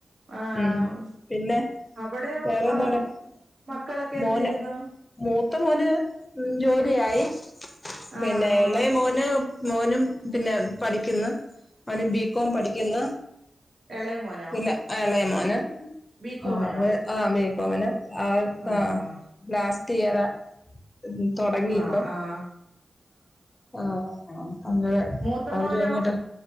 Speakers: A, on the right; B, on the left.
A: ആഹ്
B: ഉം പിന്നെ
A: അവിടെയോ
B: വേറെന്താണ്
A: ആ മക്കളൊക്കെ
B: മോന്
A: എന്ത്യ്യുന്നു
B: മൂത്ത മോന് ജോലിയായി
A: ആഹ്
B: പിന്നെളയ
A: ആഹ്
B: മോന് മോനും പിന്നെ പഠിക്കുന്നു അവന് ബികോം പഠിക്കുന്ന
A: എളയമോൻ
B: പിന്നെ ആ എളയമോന്
A: ബികോമിനോ
B: ആ ആ ബീകോമിന് ആഹ്
A: ആഹ്
B: ലാസ്റ്റ് ഇയറ ഉം തുടങ്ങിപ്പൊ
A: ആഹ് ആഹ്
B: ആഹ് അങ്ങെ
A: മൂത്ത
B: അവര്
A: മോനോ
B: പറഞ്ഞിട്ട്